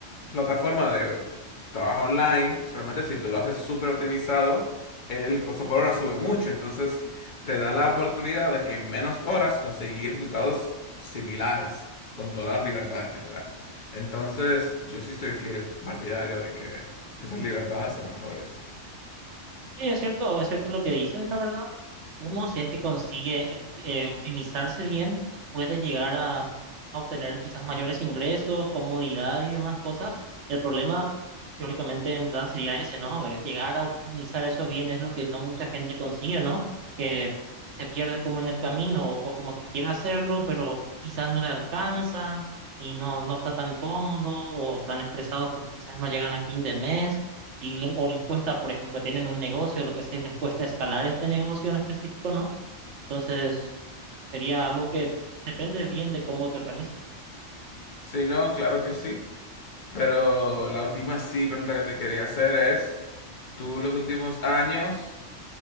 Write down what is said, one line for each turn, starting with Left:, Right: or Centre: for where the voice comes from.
Left: plataforma de trabajo online, solamente si tú lo haces súper optimizado, el costo por hora sube mucho. Entonces, te da la oportunidad de que en menos horas conseguir resultados similares, con todas las libertades que te dan. Entonces, yo sí soy fiel partidario de que esas libertades son mejores.
Right: Sí, es cierto, es cierto lo que dices, la verdad. Uno, si es que consigue eh, optimizarse bien, puede llegar a, a obtener quizás mayores ingresos, comodidad y demás cosas. El problema, teóricamente, en verdad sería ese, ¿no? Es llegar a optimizar eso bien es lo que no mucha gente consigue, ¿no? Que se pierde como en el camino o, o como que quiere hacerlo, pero quizás no le alcanza y no, no está tan cómodo o tan estresados porque quizás no llegan al fin de mes y les, o les cuesta, por ejemplo, tienen un negocio, lo que sea, y les cuesta escalar este negocio en específico, ¿no? Entonces, sería algo que depende bien de cómo te organizas.
Left: sí no, claro que sí. Pero la última sí pregunta que te quería hacer es, ¿tú los últimos años?